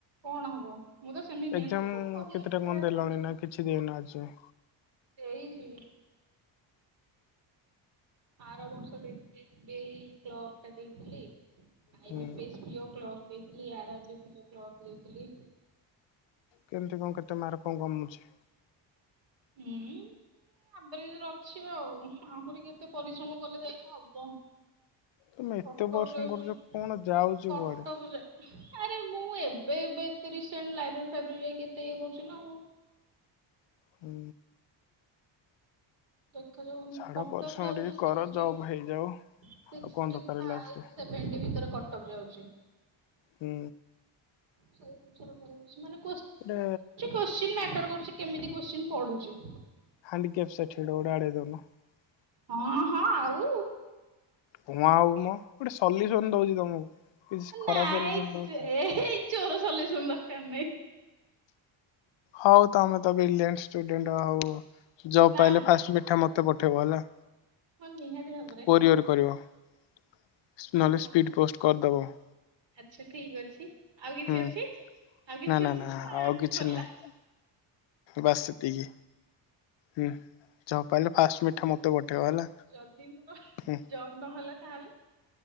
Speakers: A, on the right; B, on the left.
A: କଣ ହବ? ମୁଁ ତ ସେମିତିଆ
B: ଏକ୍ଜାମ
A: ନା ତ କହିବା
B: କେତେଟା
A: କଥାରେ
B: ଦେଲଣି
A: କଣ ଅଛି।
B: ନା କିଛି ଦେଇନ ଆଜି ଯାଏଁ
A: ଏଇ ଜି। ଆର ବର୍ଷ ଦେଇଥିଲି ଡି ଆଇ କ୍ଲର୍କ ଟା ଦେଇଥିଲି। ଆଇ
B: ହୁଁ।
A: ବି P S P O clerk ଦେଇଥିଲି, R R B P O clerk ଦେଇଥିଲି।
B: କେମିତି କଣ କେତେ ମାର୍କ କଣ କମୁଛି?
A: ହୁଁ। ଆଭ୍ରେଜ୍ ରଖିବ ଆଉ ଆହୁରି କେତେ ପରିଶ୍ରମ କଲେ ଯାଇକି ହବ।
B: ତମେ ଏତେ
A: କଟକ
B: ପରିଶ୍ରମ
A: ଯାଉଚି,
B: କରୁଛ କଣ ଯାଉଛି
A: କଟକ
B: କୁଆଡେ
A: ଯା ଆରେ ମୁଁ ଏବେ ଏବେ ଏତେ ରିସେଣ୍ଟଲି ଲାଇବ୍ରେରୀ ଫ୍ରାଇବ୍ରେରି ଯାଇକି ଏତେ ଇଏ କରୁଚି ନା ଆଉ।
B: ହୁଁ।
A: ଦେଖା ଯାଉ
B: ଛାଡ
A: କଟ
B: ପରିଶ୍ରମ
A: ଅପ୍ ଯାଉଚି
B: ଟିକେ
A: ସିକ୍ସ୍ଟି।
B: କର ଜବ୍ ହେଇଯାଉ
A: ସିକ୍ଷ୍ଟି
B: ଆଉ କଣ ଦରକାର
A: ଫାଇବ
B: ଲାଇଫରେ
A: ସେଭେନ୍ଟି ଭିତର କଟ ଅପ୍ ଯାଉଚି।
B: ହୁଁ।
A: ସେଇ ଅନୁସାରେ କରିବାର ଅଛି,
B: ଗୋଟେ
A: କୋତ୍ସିନ୍ ମେଟର କରୁଚି କେମିତି କୋତ୍ସିନ୍ ପଡ଼ୁଚି।
B: <unintelligible>
A: ହଁ ହଁ ଆଉ।
B: କଣ ଆଉ ମ, ଗୋଟେ ସଲ୍ୟୁସନ୍ ଦଉଚି ତମକୁ, କିଛି ଖରାପ୍
A: ନାଇଁ
B: ସଲ୍ୟୁସନ୍ ଦଉଛି
A: ଏଇ
B: କି?
A: ଚୋର ସଲ୍ୟୁସନ୍ ଦରକାର ନାହିଁ।
B: ହଉ ତମେ ତ ବ୍ରିଲ୍ୟାଣ୍ଟ ଷ୍ଟୁଡେଣ୍ଟ୍ ହଉ ଜବ୍
A: ନା
B: ପାଇଲେ
A: ନା
B: ଫାଷ୍ଟ ମିଠା ମତେ ପଠେଇବ ହେଲା।
A: ହଁ ନିହାତି ଭାବରେ।
B: କୋରିଅର କରିବ। <unintelligible>
A: ନିହାତି ଭାବରେ ଆଚ୍ଛା ଠିକ୍ ଅଛି ଆଉ
B: ହୁଁ
A: କିଛି ଅଛି? ଆଉ କିଛି
B: ନା
A: ଅଛି ନା
B: ଆଉ
A: ସରିଲା?
B: କିଛି ନାହିଁ। ବାସ୍ ସେତିକି ହୁଁ ଜବ୍ ପାଇଲେ ଫାଷ୍ଟ ମିଠା ମତେ ପଠେଇବ। ହେଲା
A: ଯଦି ମୋହ୍
B: ହୁଁ।
A: ଜବ୍ ନହେଲା ତାହାଲେ?